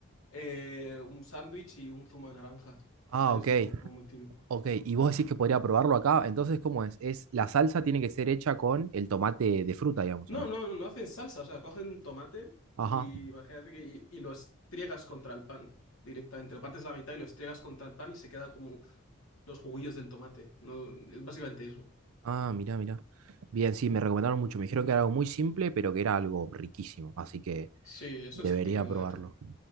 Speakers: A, on the left; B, on the right.
A: Eh, un sándwich y un zumo de naranja.
B: Ah,
A: Eso
B: ok.
A: es como muy típico.
B: Ok, y vos decís que podría probarlo acá, entonces, ¿cómo es? Es la salsa tiene que ser hecha con el tomate de fruta, digamos,
A: No,
B: ¿o no?
A: no, no no hacen salsa, o sea, cogen un tomate
B: Ajá.
A: y imagínate que y, y lo estriegas contra el pan directamente. Lo partes a la mitad y lo estriegas contra el pan y se queda como los juguillos del tomate. No, es básicamente eso.
B: Ah, mirá, mirá. Bien, sí, me recomendaron mucho. Me dijeron que era algo muy simple, pero que era algo riquísimo, así que
A: Sí, eso
B: debería
A: es típico
B: probarlo.
A: de aquí.